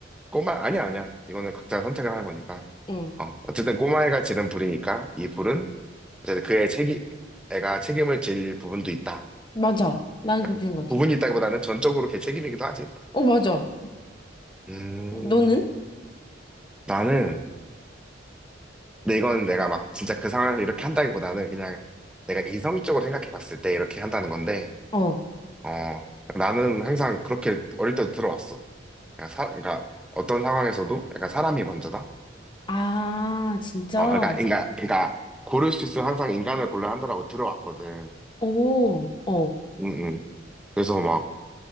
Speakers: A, in the centre; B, on the left.
A: 꼬마 아니야 아니야. 이거는 각자 선택을 하는 거니까.
B: 응.
A: 어, 어쨌든 꼬마애가 지른 불이니까 이 불은 어쨌든 그의 책임 애가 책임을 질 부분도 있다.
B: 맞아. 나는
A: 아,
B: 그렇게
A: 부,
B: 생각해.
A: 부분이 있다기보다는 전적으로 걔 책임이기도 하지.
B: 어, 맞아.
A: 음,
B: 너는?
A: 나는 근데 이건 내가 막 진짜 그 상황에서 이렇게 한다기보다는 그냥 내가 이성적으로 생각해 봤을 때 이렇게 한다는 건데,
B: 어.
A: 어, 나는 항상 그렇게 어릴 때도 들어왔어. 그러니까, 사, 그러니까 어떤 상황에서도 약간 사람이 먼저다?
B: 아, 진짜?
A: 어, 그러니까, 그러니까, 그러니까 고를 수 있으면 항상 인간을 골라 한다라고 들어왔거든.
B: 오, 어.
A: 응, 응. 그래서 막,